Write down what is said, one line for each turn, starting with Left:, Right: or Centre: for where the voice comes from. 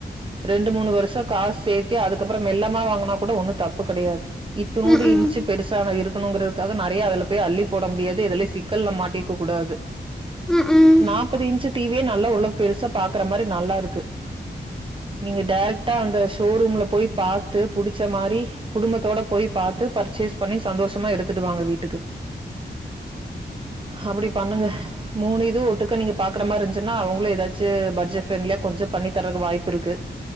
Right: ரெண்டு மூணு வருஷோ காசு சேத்தி அதுக்கப்பறோ மெல்லமா வாங் கனாகூட ஒன்னு தப்பு கெடையாது இத்துனூன்டு
Centre: ம் ம் ம்
Right: இன்ச்சு பெருசான இருக்குணுங்கிறதுக்காக நறையா அதுல போய் அள்ளி போட முடியா து எதுலி சிக்கல்ல மாட்டிக்க கூடாது
Centre: ம் ம் ம்
Right: நாப்பது இன்ச்சு டி வி யே நல்லா உள்ள பெருசா பாக்கற மாரி நல்லாருக்கு. நீங்க டைரெக்டா அந்த ஷோரூம்ல போய் பாத்து புடி ச்ச மாரி குடும்பத்தோட போய் பாத்து பர்ச்சேஸ் பண்ணி சந்தோஷமா எடுத்துட்டு வாங்க வீட்டுக்கு அப்டி பண்ணுங்க மூணு இதுவு ஒட்டுக்கா நீங்க பாக்கற மாரி இருஞ்ச்சுன்னா அவுங்ளே ஏதாச்சு பட்ஜெட் ஃப்ரெண்லியா கொஞ்சோ பண்ணி தர வாய்ப்பு இருக்கு